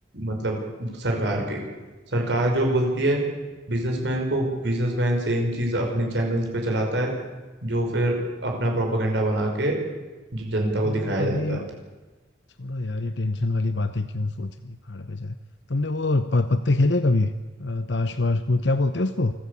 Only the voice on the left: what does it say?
तुमने
कभी
छोड़ो यार ये टेंशन वाली बातें क्यों सोचनी पहाड़ पे जाए तुमने वो प, पत्ते खेले कभी अ, ताश वाश वो क्या बोलते हैं उसको